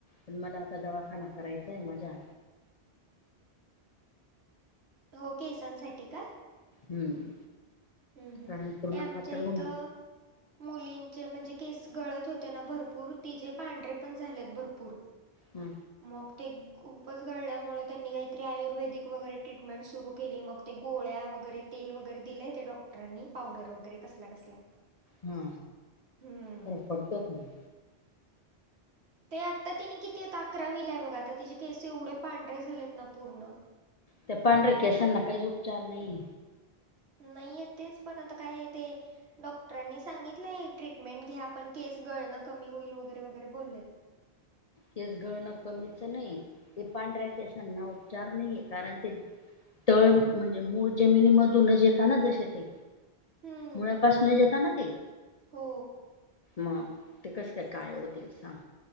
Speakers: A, on the left; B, on the right.
A: पण मला आता दवाखाना करायचा आहे माझ्या
B: हो केसांसाठी का
A: हम्म.
B: हम्म हम्म
A: कारण पूर्ण
B: हे आमच्या
A: पातळ
B: इथं
A: होऊन
B: मुलींचे म्हणजे केस गळत होते ना भरपूर तिचे पांढरे पण झालेत भरपूर
A: हा
B: म ते खूपच गळल्यामुळे त्यांनी काहीतरी आयुर्वेदिक वगैरे ट्रीटमेंट सुरू केली मग ते गोळ्या वगैरे तेल वगैरे दिलंय त्या डॉक्टरांनी पावडर वगैरे कसल्या कसल्या
A: हा
B: हम्म
A: काही पडत की नाही.
B: ते आता तिने किती एक आकरावीला हाय बघा आता तिचे केस एवढे पांढरे झालेत ना पूर्ण
A: त्या पांढऱ्या केसांना काहीच उपचार नाही
B: नाहीए तेच पण आता काय ते डॉक्टरांनी सांगितलं आहे ट्रीटमेंट घ्या पण केस गळणं कमी होईल वगैरे वगैरे बोलले
A: केस गळणं कमीच नाही ते पांढऱ्या केसांना उपचार नाहीेए कारण ते तळ म्हणजे मूळ जमिनी मधूनच येेतना तसे ते
B: हम्म
A: मुळापासनच येत ना ते
B: हो
A: मग ते कस काय काळे होतील सांग.